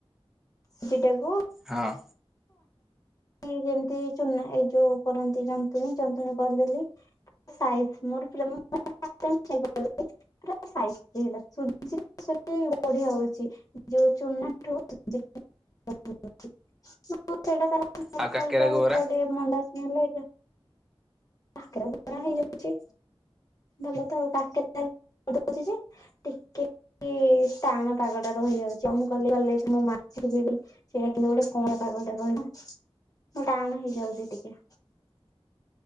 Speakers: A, on the left (about 35°); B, in the centre.
A: ସେଟାକୁ।
B: ହଁ।
A: ୱାନ ଏ ଯେମିତି ଚୁନା ଏଇ ଯୋଉ କରନ୍ତି ଜନ୍ତୁଣୀ ଜନ୍ତୁଣୀ କରିଦେଲି। ସାଇଫି ମୋର ପ୍ରେମ। <inaudible> ପୁରା ସାଇଜି କି ହେଲା <inaudible> ବଢିଆ ହଉଛି। ଯୋଉ ଚୂନା ଠୁ। <inaudible> ସେଟା ତାର
B: ଆଉ କାକେରା
A: ଅଲଗା।
B: ଗୋବରା
A: <inaudible> ମଣ୍ଡା ସିନା ହେଲେ ଏକା କାକରା, ଫାକରା ହେଇଯାଇଛି। ଭଲ ଥାଉ କାକେରା ଦଉଛି ଯେ ଟିକେ ଟାଣ ପାଗ ଟା ରହିଯାଉଛି ଆଉ ମୁଁ ଗଲେ ମୁଁ ମାଛି କୁ ଯିବି। ସେଇଟା କିନ୍ତୁ ଗୋଟେ କୁଅଳା ପାଗଟା ରହିବ ତ ଟାଣ ହେଇଯାଉଛି ଟିକେ।